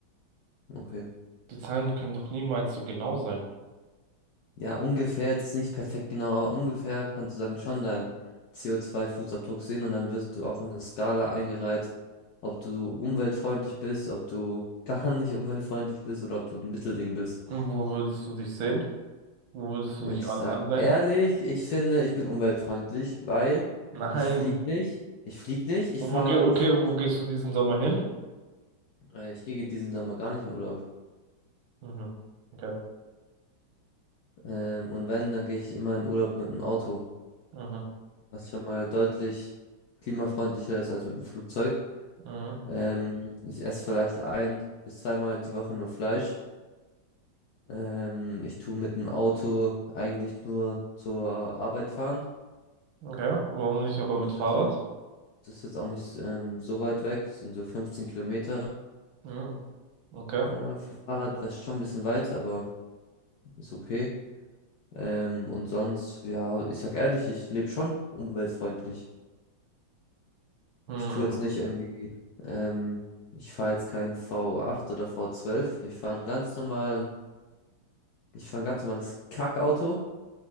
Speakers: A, on the left; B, on the right.
A: Okay.
B: Die Zahlen können doch niemals so genau sein.
A: Ja, ungefähr, das ist nicht perfekt genau, aber ungefähr kannst du dann schon deinen CO2-Fußabdruck sehen und dann wirst du auch in eine Skala eingereiht, ob du umweltfreundlich bist, ob du gar nicht umweltfreundlich bist oder ob du ein Mittelding bist.
B: Und wo würdest du dich sehen? Wo würdest
A: Ich
B: du dich an
A: sag
B: ansehen?
A: ehrlich, ich finde, ich bin umweltfreundlich, weil
B: Nein.
A: ich flieg nicht, ich flieg nicht, ich
B: Und
A: fahre
B: wo geh okay,
A: vielleicht,
B: und wo gehst du diesen Sommer hin?
A: äh, ich gehe diesen Sommer gar nicht in Urlaub.
B: Mhm. Okay.
A: Ähm, und wenn, dann gehe ich immer in Urlaub mit dem Auto,
B: Mhm.
A: was schon mal deutlich klimafreundlicher ist als mit dem Flugzeug.
B: Mhm.
A: Ähm, ich esse vielleicht ein bis zweimal die Woche nur Fleisch. Ähm, ich tu mit dem Auto eigentlich nur zur Arbeit fahren.
B: Okay. Warum nicht aber
A: Und
B: mit
A: das
B: Fahrrad?
A: ist jetzt auch nicht, das ist jetzt auch nicht ähm, so weit weg, sind so 15 Kilometer.
B: Mhm. Okay.
A: Ja, Fahrrad war schon ein bisschen weit, aber ist okay. Ähm, und sonst, ja, ich sag ehrlich, ich lebe schon umweltfreundlich.
B: Hm.
A: Ich tue jetzt nicht irgendwie, ähm, ich fahre jetzt keinen V8 oder V12. Ich fahre einen ganz normalen, ich fahre ein ganz normales Kackauto,